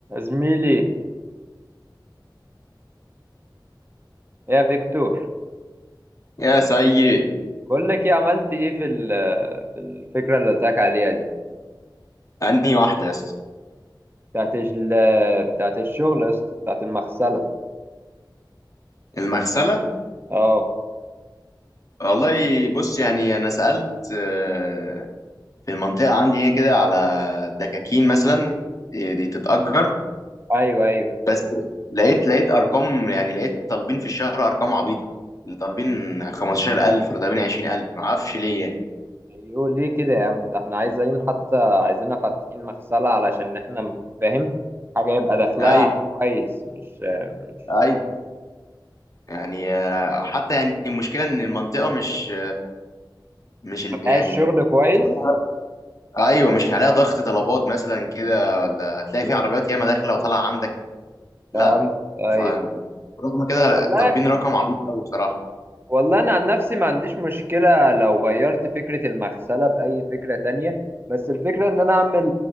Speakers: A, on the right; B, on the left.
A: زميلي يا فيكتور
B: يا سيد
A: بقول لك ايه عملت ايه في ال- في الفكره اللي قلت لك عليها دي
B: انهي واحده يا اسطى
A: بتاعت ال- بتاعت الشغل يا اسطى بتاعت المغسله
B: المغسله
A: اه
B: والله بص يعني انا سالت آه، في المنطقه عندي هنا كده على دكاكين مثلا دي دي تتاجر
A: ايوه ايوه
B: بس لقيت لقيت ارقام يعني لقيت طالبين في الشهر ارقام عبيطه اللي طالبين 15000 ولا طالبين 20000 ما اعرفش ليه يعني
A: ايوه ليه كده يا عم ده احنا عايزين حتى عايزينها فاتحين مغسله علشان احنا م- فاهم حاجه يبقى دخلها
B: ايوه
A: كويس مش مش
B: ايوه يعني آه، حتى يعني المشكله ان المنطقه مش مش ال-
A: ما فيهاش
B: يعني
A: شغل كويس
B: مش عليها ايوه مش عليها ضغط طلبات مثلا كده ولا هتلاقي في عربيات ياما داخله وطالعه عندك
A: فاهم
B: لا
A: ايوه
B: ف رغم كده
A: والله
B: طالبين رقم عبيط قوي بصراحه
A: والله انا عن نفسي ما عنديش مشكلة لو غيرت فكرة المغسلة بأي فكرة تانية بس الفكرة ان انا اعمل